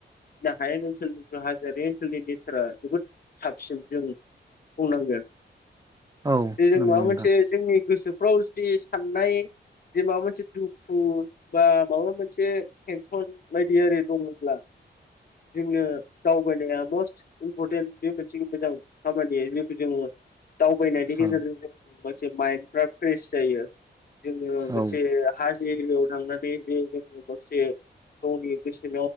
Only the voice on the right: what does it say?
औ
नंगौ
नोंथां
औ
औ